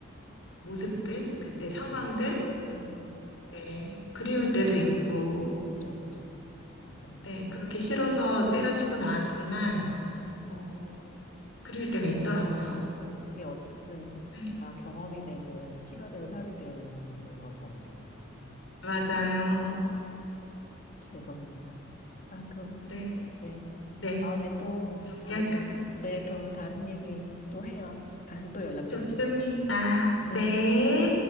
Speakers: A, on the left; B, on the left.
A: 모습들, 그때
B: 네.
A: 상황들,
B: 음,
A: 네. 그리울 때도 있고,
B: 그렇죠, 그렇죠. 맞아요.
A: 네. 그렇게 싫어서 때려치고 나왔지만, 어, 그리울 때가 있더라고요.
B: 그게 어쨌든
A: 음,
B: 다 경험이 되고 피가 되고 살이 되는 거잖아요. 음,
A: 맞아요.
B: 즐겁네요. 아, 그럼
A: 네.
B: 네.
A: 네.
B: 다음에 또
A: 정리할까요?
B: 다른 네,
A: 네.
B: 더 다른 얘기 또 해요. 다시 또 연락드릴게요.
A: 좋습니다. 네.
B: 네.